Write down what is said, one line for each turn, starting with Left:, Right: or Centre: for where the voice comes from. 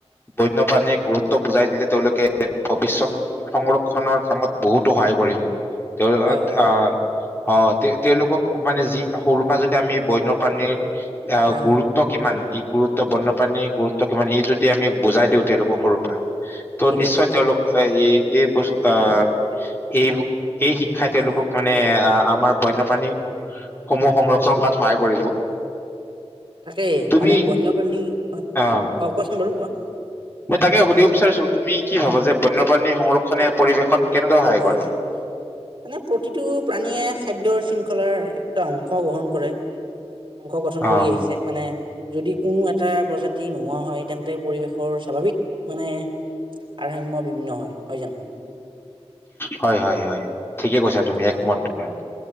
Left: বন্যপ্ৰাণীয়েক
Right: হয়
Left: গুৰুত্ব বুজাই দিলে। তেওঁলোকে? ভৱিষ্যত
Right: উম
Left: সংৰক্ষ। খনৰ কামত বহুতো সহায় কৰিব? তেওঁ
Right: হয় হয়
Left: আহ। অ তে তেওঁলোকক মানে যি সৰুৰ পৰা যদি আমি বন্য। প্ৰনী অ
Right: হয়
Left: গুৰুত্ব
Right: হয়
Left: কিমান এই। গুৰুত্ব বন্যপ্ৰাণীৰ গুৰুত্ব কিমান এই যদি আমি বুজাই দিওঁ তেওঁলোকক সৰুৰ পৰা। ত'
Right: ঠিকেই
Left: নিশ্চয়
Right: ঠিকেই
Left: তেওঁলোক আহ্ হেৰি? এই ব আ এইবো? এই শিক্ষাই
Right: হয়
Left: তেওঁলোকক
Right: হয়
Left: মানে আ। আমাৰ বন্যপ্ৰাণী? সমূহ সংৰক্ষন কৰাত সহায় কৰিব।
Right: তাকে
Left: তুমি
Right: মানে বন্যপ্ৰাণী হয় অ
Left: আহ
Right: কোৱাচোন বাৰু। কোৱা
Left: মই তাকে সুধিব বিচাৰিছো, তুমি কি ভাৱা যে? বন্যপ্ৰাণী সংৰক্ষণে পৰিৱেশত কেনেদৰে সহায়
Right: হয়,
Left: কৰে?
Right: হয় মানে প্ৰতিটো প্ৰাণীয়ে খাদ্যৰ শৃংখলাৰ একোটা অংশ গ্ৰহণ কৰে। অংশ গঠন
Left: অ',
Right: কৰি আহিছে। মানে যদি কোনো এটা প্ৰজাতি নোহোৱা হয়, তেন্তে পৰিৱেশৰ স্বাভাৱিক মানে আৰাম্য বিভিন্ন হয়। নহয় জানো?
Left: হয়, হয়, হয়, ঠিকেই কৈছা তুমি,
Right: অ',
Left: একমত তোমাত